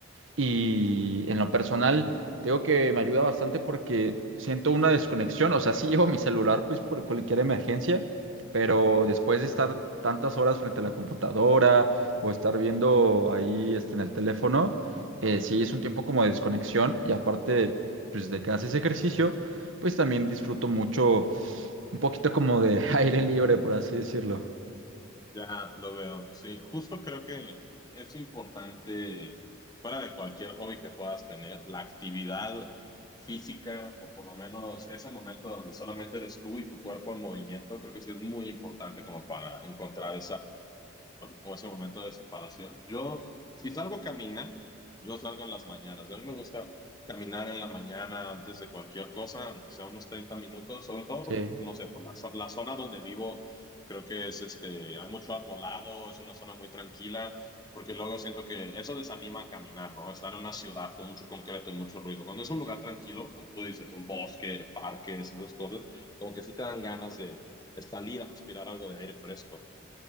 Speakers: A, on the right; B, on the left.
A: Y en lo personal, tengo que me ayuda bastante porque siento una desconexión. O sea, sí llevo mi celular pues por cualquier emergencia, pero después de estar tantas horas frente a la computadora o estar viendo ahí este, en el teléfono, eh, sí es un tiempo como de desconexión. Y aparte, pues de que haces ejercicio, pues también disfruto mucho un poquito como de <laughs> aire libre, por así decirlo.
B: Ya lo veo, sí, justo creo que es importante, fuera de cualquier hobby que puedas tener, la actividad física o por lo menos ese momento donde solamente eres tú y tu cuerpo en movimiento, creo que sí es muy importante como para encontrar o ese momento de separación. Yo, si salgo a caminar, yo salgo en las mañanas. A mí me gusta caminar en la mañana antes de cualquier cosa, aunque sea unos 30 minutos, sobre todo
A: Sí.
B: porque, no sé, por la, zo- la zona donde vivo, creo que es este, hay mucho arbolado, es una zona muy tranquila, porque luego siento que eso desanima a caminar, ¿no? Estar en una ciudad con mucho concreto y mucho ruido. Cuando es un lugar tranquilo, como tú dices, un bosque, parques, esas cosas, como que sí te dan ganas de salir a respirar algo de aire fresco.